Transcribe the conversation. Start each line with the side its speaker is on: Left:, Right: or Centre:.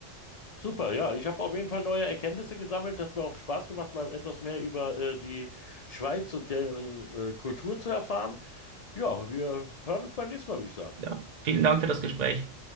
Left: Super, ja, ich habe auf jeden Fall neue Erkenntnisse gesammelt. Hat mir auch Spaß gemacht, mal etwas mehr über äh, die Schweiz und deren äh, Kultur zu erfahren. Ja, wir hören uns beim nächsten Mal, würde ich sagen.
Right: Ja, vielen Dank für das Gespräch.